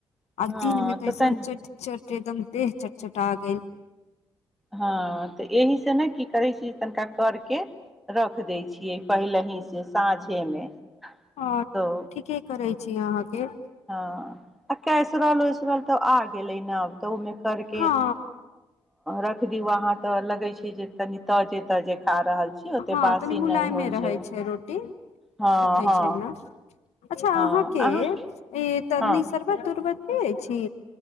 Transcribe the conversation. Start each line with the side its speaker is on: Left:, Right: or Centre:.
Centre: हँ
Left: अ दीनमे कैसन
Centre: तऽ तनि
Left: चट चट एकदम देह चट चटा गेल
Centre: हँ तऽ एहिसँ ने की करै छी तनिका करके के रख दै छी पहिले हीसँ साँझेमे तऽ
Left: और ठीके करै छी अहाँके
Centre: हँ आ कैसराल ओसरल तऽ आ गेल लै नाव तऽ ओमे करके
Left: हँ
Centre: रख द वहाँ त अलग छै जे तनी तऽ जेतऽ जे खा रहल छी ओते
Left: हँ
Centre: बासी
Left: तनि मुलायमे
Centre: नहि होइ
Left: रहै
Centre: छै
Left: रोटी
Centre: हँ
Left: सुखै
Centre: हँ
Left: छै ने अच्छा
Centre: हँ
Left: अहाँके
Centre: अहाँ
Left: ई तनि
Centre: हँ
Left: सरबत उरबत पिय छी